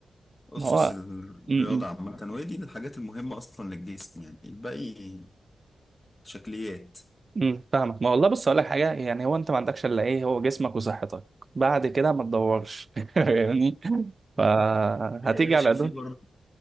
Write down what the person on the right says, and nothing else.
ما هو
امم
امم فاهمك ما والله بص اقول لك حاجة يعني هو انت ما عندكش الا ايه هو جسمك وصحتك بعد كده ما تدورش <laughs> يعني
فهتيجي
على قدك